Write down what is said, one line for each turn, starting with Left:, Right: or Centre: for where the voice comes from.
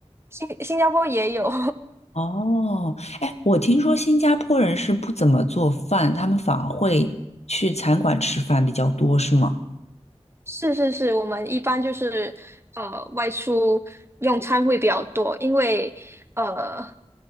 Right: 新新加坡也有。
Left: 哦，哎，我听说新加坡人是不怎么做饭，他们反而会去餐馆吃饭比较多，是吗？
Right: 是是是，我们一般就是呃外出用餐会比较多，因为呃